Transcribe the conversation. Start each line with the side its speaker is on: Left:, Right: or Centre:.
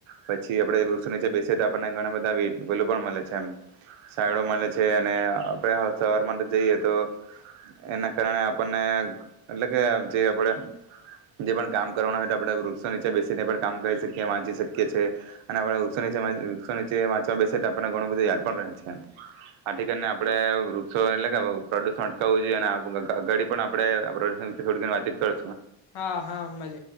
Right: પછી આપડે વૃક્ષો નીચે બેસી તો આપણને ઘણા બધા વલ પણ મળે છે એ. સાડ મળે છે અને આપે સવારમાં તો જઈએ તો એના કારણે આપણને એટ કે જે આપડે જે પણ કામ કરવાનું હોય તો આપણે વૃક્ષો નીચે બેસીને પણ કામ કરી શકીએ વાંચી શકીએ છીએ અને આપણે વૃક્ષો નીચ વૃક્ષો ની વાંચવા બેસી આપનેણું બધું. આને આપડે વૃક્ષો એટલે કે પ્રદૂષણ અટકાવવું જોઈએ અને ગડી પણ આપણે વાતચીત કર
Left: હા હા મળ